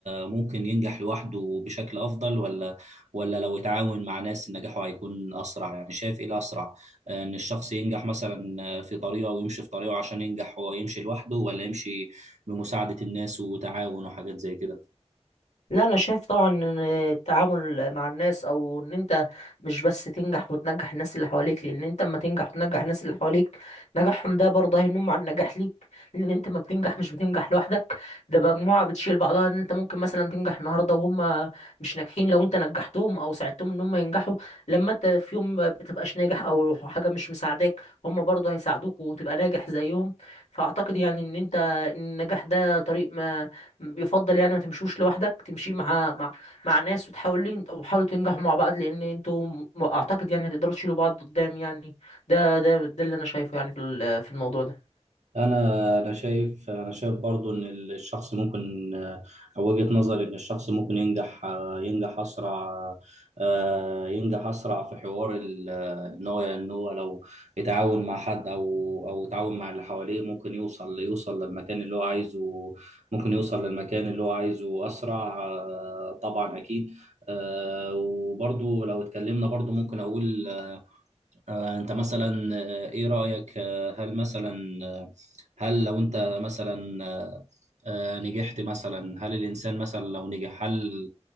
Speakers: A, on the right; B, on the left.
A: ممكن ينجح لوحده بشكل افضل ولا ولا لو اتعاون مع ناس نجاحه هيكون اسرع يعني شايف ايه الاسرع ان الشخص ينجح مثلا في طريقه ويمشي في طريقه عشان ينجح هو يمشي لوحده ولا يمشي بمساعدة الناس وتعاون وحاجات زي كده
B: لا انا شايف طبعا ان التعامل مع الناس او ان انت مش بس تنجح وتنجح الناس اللي حواليك لان انت اما تنجح وتنجح الناس اللي حواليك نجاحهم ده برضه هينم على النجاح ليك لان انت ما بتنجح مش بتنجح لوحدك ده مجموعة بتشيل بعضها ان انت ممكن مثلا تنجح النهارده وهم مش ناجحين لو انت نجحتهم او ساعدتهم ان هم ينجحوا لما انت في يوم ما بتبقاش ناجح او حاجة مش مساعداك هم برضه هيساعدوك وتبقى ناجح زيهم فاعتقد يعني ان انت النجاح ده طريق يفضل يعني ما تمشوش لوحدك تمشي مع مع مع ناس وتحاولين وحاولوا تنجحوا مع بعض لان انتوا م- اعتقد يعني هتقدروا تشيلوا بعض قدام يعني ده ده ده اللي انا شايفه يعني في ال- في الموضوع ده
A: انا انا شايف انا شايف برضو ان الشخص ممكن او وجهة نظري ان الشخص ممكن ينجح ينجح اسرع آه، ينجح اسرع في حوار ال- ان هو ان هو لو يتعاون مع حد او او يتعاون مع اللي حواليه ممكن يوصل يوصل للمكان اللي هو عايزه ممكن يوصل للمكان اللي هو عايزه اسرع آه، طبعا اكيد آه، وبرضو لو اتكلمنا برضو ممكن اقول آه، انت مثلا آه، ايه رأيك آه، هل مثلا آه، هل لو انت مثلا آه، آه، نجحت مثلا هل الانسان مثلا لو نجح هل